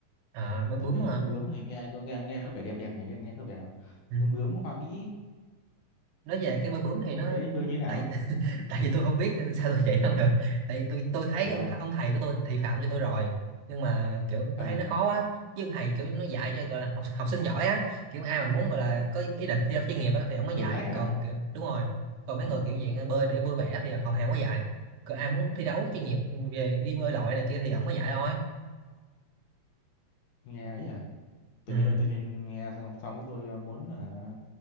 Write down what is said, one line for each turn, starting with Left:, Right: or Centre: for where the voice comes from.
Right: à, bơi bướm
Left: tại vì
Right: hả
Left: bơi bướm này nghe nghe nghe có vẻ đẹp đẹp nhỉ nghe nghe có vẻ
Right: ừ.
Left: bướm bướm hoa mỹ
Right: nói về cái bơi bướm thì nó
Left: bơi đến bơi
Right: ừ,
Left: như thế nào
Right: tại <laughs> tại vì tôi không biết nên sao tôi chỉ không được tại vì tôi tôi thấy
Left: trời
Right: ông
Left: ơi
Right: th ông thầy của tôi thị phạm cho tôi rồi nhưng mà kiểu
Left: ờ
Right: tôi thấy nó khó quá chứ ông thầy kiểu nó dạy cho gọi là học, học sinh giỏi á kiểu ai mà muốn gọi là có ý định thi đấu chuyên nghiệp á thì ông mới
Left: thử
Right: dạy
Left: thách hả
Right: còn kiểu đúng rồi còn mấy
Left: ồ
Right: người kiểu dạng bơi để vui vẻ thì họ hàng mới dạy còn ai muốn thi đấu chuyên nghiệp về đi bơi lội này kia thì ông mới dạy thôi
Left: nghe ấy nhỉ tự
Right: ừ
Left: nhiên tự nhiên nghe xong hôm xong cái tôi ờ, muốn hả,